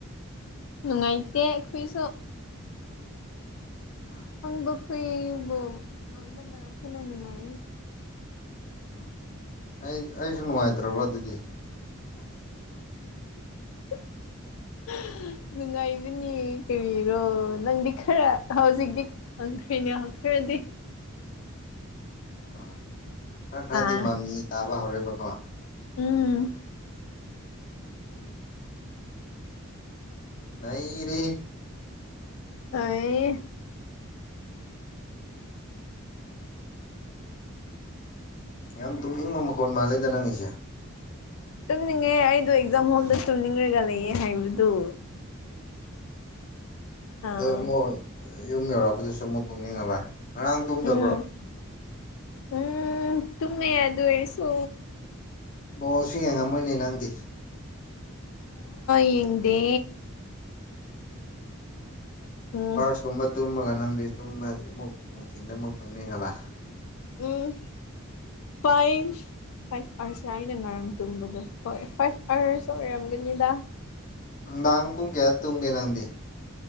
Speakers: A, on the left; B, on the left.
A: ꯅꯨꯡꯉꯥꯏꯇꯦ ꯑꯩꯈꯣꯏꯁꯨ
B: ꯑꯥ
A: <unintelligible>
B: ꯎꯝ ꯑꯩ ꯑꯩꯁꯨ ꯅꯨꯡꯉꯥꯏꯇ꯭ꯔꯕ꯭ꯔꯣ ꯑꯗꯨꯗꯤ
A: <unintelligible> ꯅꯨꯡꯉꯥꯏꯕꯅꯦ ꯀꯔꯤꯔꯣ ꯅꯪꯗꯤ ꯈꯔ ꯍꯧꯖꯤꯛꯇꯤ ꯈꯪꯈ꯭ꯔꯦꯅꯦꯈ꯭ꯔꯗꯤ <unintelligible>
B: ꯑꯥ ꯈꯔ ꯈꯔꯗꯤ
A: ꯑꯥ
B: ꯃꯃꯤ ꯇꯥꯕ ꯍꯧꯔꯦꯕꯀꯣ
A: ꯎꯝ
B: ꯅꯩꯔꯦ
A: <unintelligible>
B: ꯌꯥꯝ ꯇꯨꯝꯅꯤꯡꯕ ꯃꯈꯣꯟ ꯃꯥꯜꯂꯦꯗ ꯅꯪꯒꯤꯁꯦ
A: ꯇꯨꯝꯅꯤꯡꯉꯦ ꯑꯩꯗꯣ ꯑꯦꯛꯖꯥꯝ ꯍꯣꯜꯗ ꯇꯨꯝꯅꯤꯡꯉꯥꯒ ꯂꯩꯌꯦ ꯍꯥꯏꯕꯗꯨ ꯑꯥ
B: ꯑꯗꯨ ꯑꯃꯨꯛ ꯌꯨꯝ ꯌꯧꯔꯛꯄꯗꯁꯨ ꯑꯃꯨꯛ ꯇꯨꯝꯅꯤꯡꯉꯕ ꯉꯔꯥꯡ ꯇꯨꯝꯗꯕ꯭ꯔꯣ
A: ꯎꯝ ꯎꯝ ꯇꯨꯝꯃꯦ ꯑꯗꯨ ꯑꯣꯏꯁꯨ
B: ꯕꯣꯜꯁꯨ ꯌꯦꯡꯉꯝꯃꯣꯏꯅꯦ ꯅꯪꯗꯤ
A: ꯌꯦꯡꯗꯦ ꯎꯝ
B: <unintelligible> ꯇꯨꯝꯃꯒ ꯅꯪꯗꯤ ꯇꯨꯝꯕ ꯑꯃꯨꯛ ꯅꯨꯡꯊꯤꯜꯗ ꯑꯃꯨꯛ ꯇꯨꯝꯅꯤꯡ ꯑꯕ
A: ꯎꯝ ꯐꯥꯏꯟ ꯐꯥꯏꯚ ꯑꯥꯔ ꯑꯩꯅ ꯉꯔꯥꯡ ꯇꯨꯝꯕꯗꯣ ꯍꯣꯏ ꯐꯥꯏꯚ ꯑꯥꯋꯔꯁ ꯑꯣꯏꯔꯝꯒꯅꯤꯗ
B: ꯅꯨꯡꯗꯥꯡ ꯄꯨꯡ ꯀꯌꯥ ꯗ ꯇꯨꯝꯒꯦ ꯅꯪꯗꯤ